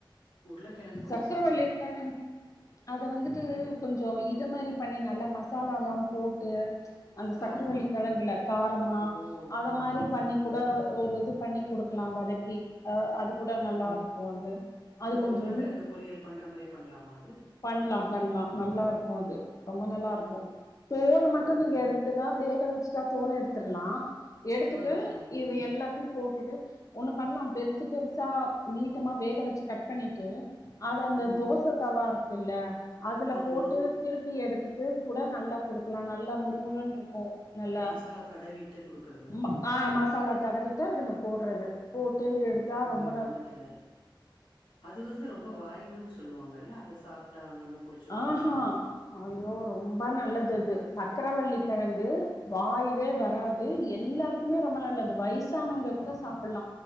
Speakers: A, on the left; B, on the left.
A: உருளைக்கிழங்கு கொஞ்சோ
B: சக்கரவள்ளிக்கிழங்க்
A: சாப்டுவா
B: அத வந்துட்டு கொஞ்சம் இ ந்த மாதிரி பண்ணி நல்ல மசாலல்லா போட்டு அந்த
A: காரமா
B: சக்கரவள்ளிக்கிழங்குல காரமா
A: ஓ
B: அத மாரி
A: ம்
B: பண்ணி கூட ஒரு இது பண்ணி குடுக்கலாம் வதக்கி அ அதுகூட நல்லா இருக்கு அது அது
A: அந்த
B: கொஞ்சோ
A: உருளைக்கிழங்க பொறியல் பண்ற மாரியே பண்லாமா அது
B: பண்லாம் பண்லாம் நல்லா இருக்கும் அது ரொம்ப நல்லாருக்கும்
A: ஆ
B: தோலு மட்டும்
A: ஓ
B: நீங்க எடுத்துதா வேக வச்சுட்டா தோல் எடுத்துர்லாம் எடுத்துட்டு
A: ஆ ஆ
B: இது எல்லாத்தியு போட்டுட்டு ஒண்ணு பண்லாம் பெருசு பெருசா நீட்டமா வேக வச்சு கட் பண்ணிட்டு அது அந்த
A: ம்
B: தோச தவா இருக்குல்ல அதுல
A: ஆமா
B: போட்டு திருப்பி எடுத் <unintelligible> கூட நல்லா குடுக்கலாம் நல்லா முறுமுருன்ருக்கும் நல்ல
A: மசாலா தடவிட்டு குடுக்கறது
B: ம்ம ஆ மசாலா தடவிட்டா அதுல போட்றது போட்டு எடுத்தா ரொம்
A: பண்ணதுல அது வந்து ரொம்ப வாய்வுன்னு சொல்லுவாங்கல்ல அது சாப்ட்டா அங்கங்க புடிச்சுக்குன்னு
B: ஆ ஹா
A: சொல்லுவாங்க
B: ஐய்யோ ரொம்ப நல்லது இது சக்கரவள்ளி கிழங்கு வாய்வே வராது எல்லாருக்குமே ரொம்பனல்லது வயிசானவங்க கூட சாப்லா